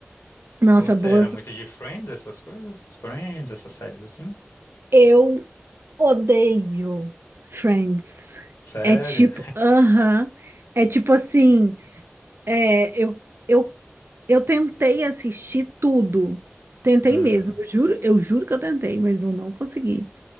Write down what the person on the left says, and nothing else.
Você
era muito de Friends, essas coisas? Friends, essas séries assim?
Sério?
Uhum.